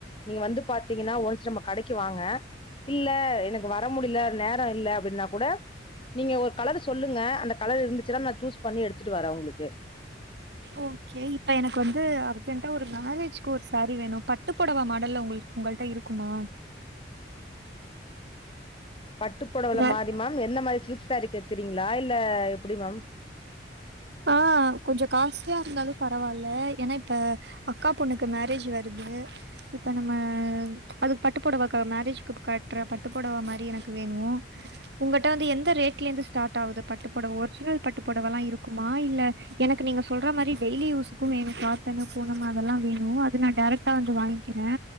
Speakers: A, on the left; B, on the right.
A: நீங்க வந்து பாத்தீங்கன்னா ஒன்ஸ்சு நம்ம கடைக்கு வாங்க இல்ல எனக்கு வர முடியல நேரம் இல்ல அப்டின்னா கூட நீங்க ஒரு கலர் சொல்லுங்க அந்த கலர் இருந்துச்சுன்னா நா சூஸ் பண்ணி எடுத்துட்டு வரேன் உங்களுக்கு
B: ஓகே இப்போ எனக்கு வந்து அர்ஜென்ட்டா ஒரு மேரேஜ்கு ஒரு சாரீ வேணு பட்டு புடவ மாடல்ல உங்களுக் உங்கள்ட்ட இருக்குமா
A: பட்டுப்புடவ
B: வேற
A: மாறி மேம் எந்த மாறி சில்க் சாரீ கேக்குறீங்களா இல்ல எப்டி மேம்
B: ஆ கொஞ்ச காஸ்ட்லியா இருந்தாலு பரவாயில்ல ஏன்னா இப்ப அக்கா பொண்ணுக்கு மேரேஜ் வருது இப்ப நம்ம அதுக்கு பட்டு புடவா மேரேஜ்கு கட்டுற பட்டு புடவா மாறி எனக்கு வேணு உங்கட்ட வந்து எந்த ரேட்ல இருந்து ஸ்டார்ட் ஆகுது பட்டு புடவ ஒரிஜினல் பட்டு புடவ எல்லா இருக்குமா இல்ல எனக்கு நீங்க சொல்ற மாறி டெய்லி யூஸ்க்கும்ணு காட்டனு பூணமு அதெல்லா வேணு அது நான் டரக்டா வந்து வாங்கி ங்கிறே